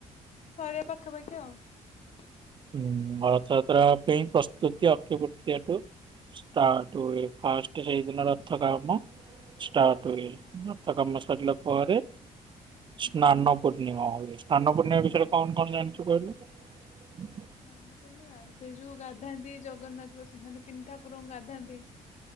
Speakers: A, on the left (about 55°); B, on the right (about 35°).
A: ଶରୀର ପାଖା ପାଖି । ଉଟ <inaudible>
B: ହଁ, ରଥଯାତ୍ରା ପାଇଁ ପ୍ରସ୍ତୁତି ଅକ୍ଷିତୃତୀୟା ଠୁ ଷ୍ଟାର୍ଟ ହୁଏ। େ <inaudible> ସେଇଦିନ ରଥ କାମ ଷ୍ଟାର୍ଟ ହୁଏ
A: ହଁ
B: ଆଉ ତା ସାରିଲା ପରେ, ସ୍ନାନ ପୂର୍ଣ୍ଣିମା ହଉଛି ।ସ୍ନାନ ପୂର୍ଣ୍ଣିମା ବିଷୟରେ କଣ କଣ ଜାଣିଛୁ କହିଲୁ? ହୁଁ <inaudible>
A: ସ୍ନାନ ପୂର୍ଣ୍ଣିମା, ସେ ଯୋଉ ଗାଧାନ୍ତି ଜଗନ୍ନାଥ ବସୁ ମାନେ ତିନି ଠାକୁରଙ୍କୁ ଗାଧାନ୍ତି